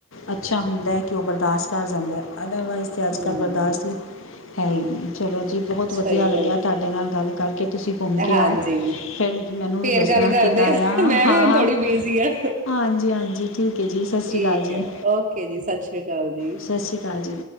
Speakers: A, on the left (about 65°); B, on the right (about 35°).
A: ਅੱਛਾ ਹੁੰਦਾ ਕਿ ਉਹ ਬਰਦਾਸ਼ਤ ਕਰ ਜਾਂਦਾ ਐ। ਅਦਰਵਾਈਜ਼ ਤਾਂ ਅੱਜ
B: ਹੂੰ,
A: ਕੱਲ੍ਹ ਬਰਦਾਸ਼ਤ ਹੈ ਹੀ ਨਹੀਂ ਚਲੋ ਜੀ ਬਹੁਤ
B: ਸਹੀ
A: ਵਧੀ ਲੱਗਿਆ
B: ਗੱਲ
A: ਤੁਹਾਡੇ ਨਾਲ ਗੱਲ ਕਰਕੇ ਤੁਸੀਂ ਘੁੰਮ ਕੇ
B: ਹਾਂਜੀ।
A: ਆਓ ਫਿਰ ਮੈਨੂੰ
B: ਫੇਰ
A: ਵੀ ਦੱਸਣਾ
B: ਗੱਲ ਕਰਦੇ
A: ਕਿੱਦਾਂ
B: ਆ,
A: ਰਿਹਾ।
B: ਮੈਂ
A: ਹਾਂ,
B: ਵੀ ਹੁਣ ਥੋੜ੍ਹੀ ਬਿਜ਼ੀ ਆ।
A: ਹਾਂਜੀ ਹਾਂਜੀ ਠੀਕ ਹੈ ਜੀ ਸਤਿ ਸ਼੍ਰੀ
B: ਠੀਕ
A: ਅਕਾਲ ਜੀ।
B: ਹੈ, ਓਕੇ ਜੀ, ਸਤਿ ਸ੍ਰੀ ਅਕਾਲ ਜੀ।
A: ਸਤਿ ਸ਼੍ਰੀ ਅਕਾਲ ਜੀ।